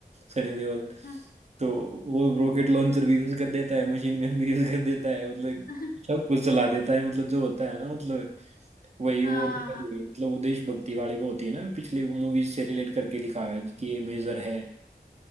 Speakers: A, on the right (about 40°); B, on the left (about 60°).
A: सनी देओल
B: हाँ
A: तो वो रॉकेट लॉन्चर भी यूज कर देता है मशीन गन भी यूज कर देता है मतलब
B: <laughs>
A: सब कुछ चला देता है मतलब जो होता है ना मतलब वही
B: हाँ,
A: वो दिखाई हुई मतलब वो देशभक्ति वाली वो होती है ना पिछली मूवीज से रिलेट करके दिखाया है कि ये मेजर है